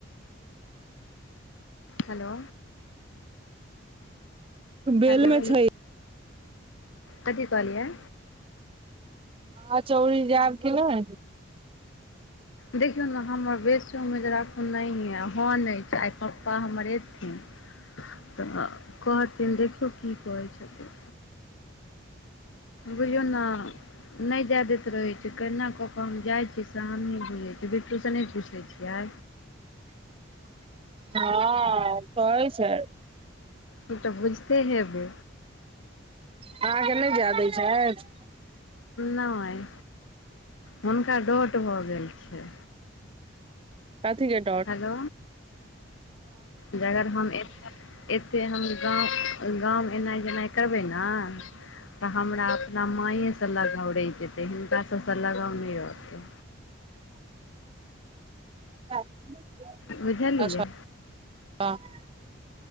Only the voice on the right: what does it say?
बेल
मे छै
अच्छा आह <unintelligible> चौरी जेब कि नई
हँ कहै छैल
अहाँके नहि जाय दै छथि
कथिके डर।
<unintelligible>
अच्छा <unintelligible>